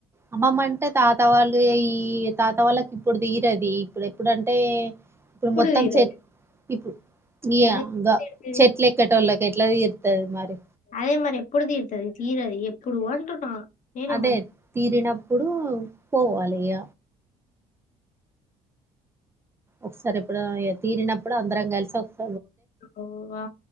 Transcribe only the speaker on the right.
అమ్మమ్మ అంటే తాత వాళ్ళు అయి తాత వాళ్ళకి ఇప్పుడ్ దీరది ఇప్పుడ్ ఎప్పుడంటే ఇప్పుడు
మొత్తం
చె ఇప్పు గియ
గా
చెట్లెక్కేటోళ్ళకి ఎట్ల తీర్తది మరి
అదే తీరినప్పుడు పోవాలి ఇగ ఒకసారి ఎప్పుడ ఇగ తీరినప్పుడు అందరం కల్సి ఒ